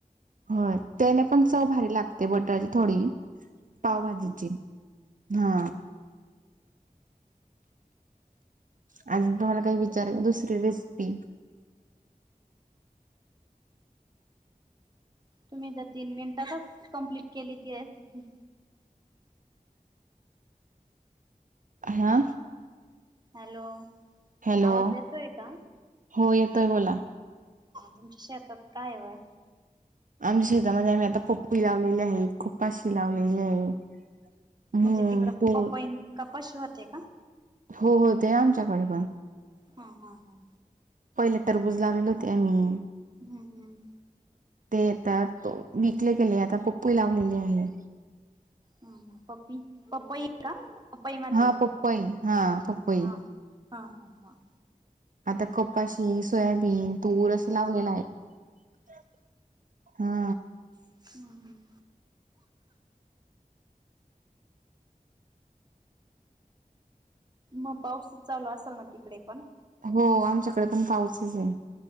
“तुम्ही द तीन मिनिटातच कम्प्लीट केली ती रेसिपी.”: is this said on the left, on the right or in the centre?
Right